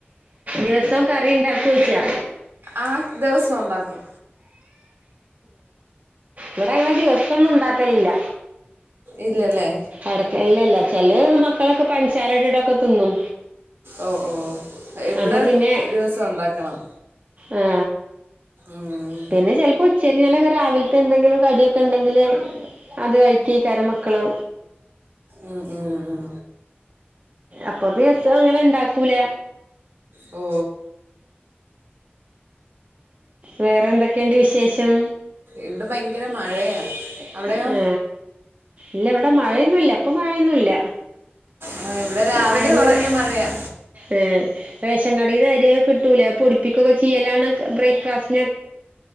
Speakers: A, on the right (about 40°); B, on the right (about 70°).
A: ദിവസം കറിണ്ടാക്കോയ്ച്ചാ
B: ആഹ് ദിവസോണ്ടാക്കു
A: ഇവിടെങ്ങനെ ദിവസൊന്നുണ്ടാക്കല് ല്ല
B: ഇല്ലല്ലേ
A: എടയ്ക്ക് ല്ലില്ല ചെലേ മക്കളൊക്കെ പൻസാര ഇട്ടിട്ടൊക്കെ തിന്നും
B: ഓ ഓ ഇവിടെ
A: അപ്പൊ പിന്നെ
B: ദിവസം ഉണ്ടാക്കണം
A: ആ
B: ഉം.
A: പിന്ന ചെലപ്പോ ഉച്ച ശരിയാണ് വരാവിൽത്തെന്തെങ്കിലും കടിയൊക്കെ ഉണ്ടെങ്കില് അത് കഴിക്കുഐക്കാരം മക്കള്
B: ഉം ഉം ഉം
A: അപ്പൊ ദിവസം അങ്ങനെ ഇണ്ടാക്കൂല
B: ഓ
A: വേറെ എന്തൊക്കെയുണ്ട് വിശേഷം
B: ഇവിടെ ഭയങ്കര മഴയാ
A: ഭയങ്കര മഴേണ്
B: അവിടെയോ
A: ഏ ഇല്ല ഇവിടെ മഴയൊന്നുല്ല ഇപ്പൊ മഴയൊന്നൂല്ല.
B: ആ ഇവിടെ രാവിലെ
A: അയ് നിറെ
B: തുടങ്ങിയ മഴയാ
A: ഏ റേഷൻ കടീന്ന് അരിയൊക്കെ കിട്ടൂലേ അത് പൊടിപ്പിക്കലൊക്കെ ചെയ്യലാണ് ക ബ്രേക്‌ഫാസ്റ്റ്